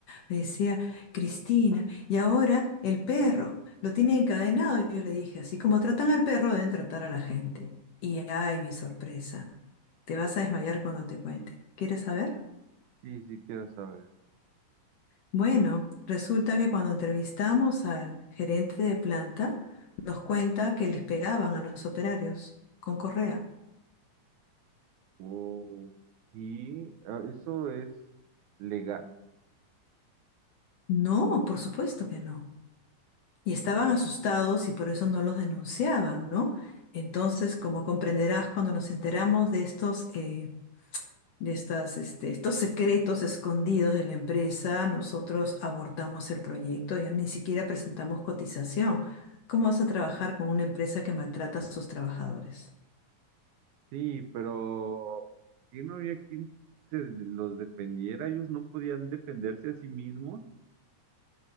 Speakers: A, on the left; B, on the right.
A: me decía, Cristina, y ahora el perro lo tiene encadenado. Y yo le dije, así como tratan al perro, deben tratar a la gente. Y ay, mi sorpresa, te vas a desmayar cuando te cuente. ¿Quieres saber?
B: Sí, sí, quiero saber.
A: Bueno, resulta que cuando entrevistamos al gerente de planta, nos cuenta que les pegaban a los operarios con correa.
B: Oh, y ah, eso es legal.
A: No, por supuesto que no. Y estaban asustados y por eso no los denunciaban, ¿no? Entonces, como comprenderás, cuando nos enteramos de estos, eh, de estas, este, estos secretos escondidos de la empresa, nosotros abortamos el proyecto, ya ni siquiera presentamos cotización. ¿Cómo vas a trabajar con una empresa que maltrata a sus trabajadores?
B: Sí, pero que no había quien se los defendiera, ellos no podían defenderse a sí mismos.